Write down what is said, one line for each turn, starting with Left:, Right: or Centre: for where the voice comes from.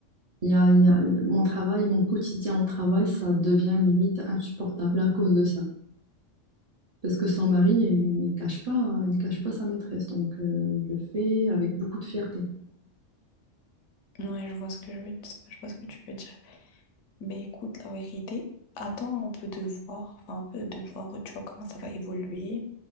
Right: Il y a, il y a- mon travail, mon quotidien au travail, ça devient limite insupportable à cause de ça. Parce que son mari, il ne cache pas, il cache pas sa maîtresse. Donc, euh, il le fait avec beaucoup de fierté.
Left: Ouais, je vois ce que je veux dire, je vois ce que tu veux dire. Mais écoute, la vérité, attends un peu de voir, enfin un peu de voir, tu vois, comment ça va évoluer.